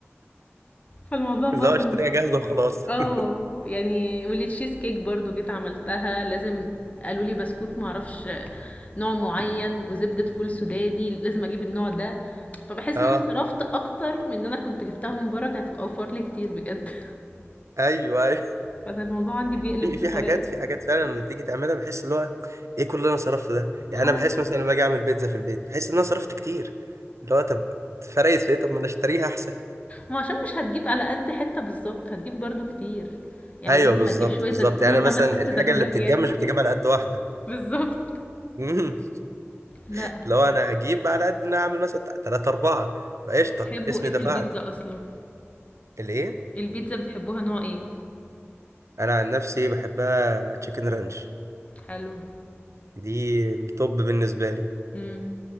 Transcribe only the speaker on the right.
اللي هو اشتريها
جاهزة وخلاص
<laughs>
اه
ايوه أيوه.
في في
حاجات في حاجات فعلا لما تيجي تعملها بحس اللي هو ايه كل اللي انا صرفته ده يعني
انا بحس مثلا لما باجي اعمل بيتزا في البيت بحس ان انا صرفت كتير اللي هو طب فرقت في ايه طب ما انا اشتريها احسن
ايوه
بالظبط
بالظبط
يعني
مثلا
الحاجه
اللي بتتجاب
مش بتجيب
على قد واحده
مم.
<laughs> لو انا هجيب على قد ان انا اعمل مثلا ثلاثة اربعة فقشطه
اسمي
دفعت
الايه
انا عن نفسي بحبها تشيكن رانش
دي التوب بالنسبه لي